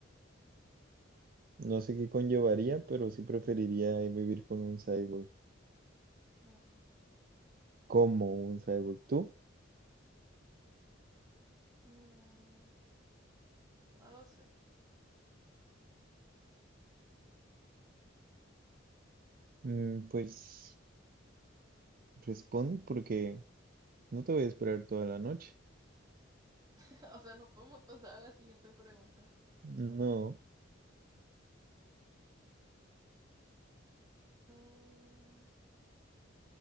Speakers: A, on the right (about 50°); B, on the right (about 20°).
A: No sé qué conllevaría, pero sí preferiría eh, vivir con un cyborg.
B: Mm.
A: Como un cyborg. ¿Tú?
B: Mm, no lo sé.
A: Mm, pues responde porque no te voy a esperar toda la noche.
B: <laughs> O sea, no podemos pasar a la siguiente pregunta.
A: No,
B: Mm,